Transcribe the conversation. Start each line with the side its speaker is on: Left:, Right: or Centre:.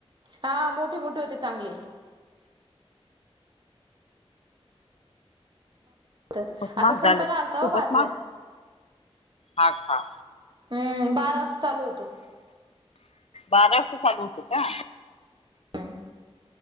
Right: हा मोठे, मोठे होते चांगले. आता
Left: खूपच महाग
Right: संपायला
Left: झालत,
Right: आलता
Left: खूपच
Right: हो बाजार
Left: महाग हा खा <inaudible>
Right: हम्म बारा वाजता चालू होतो
Left: बारा वाजता चालू होतो का?
Right: हम्म,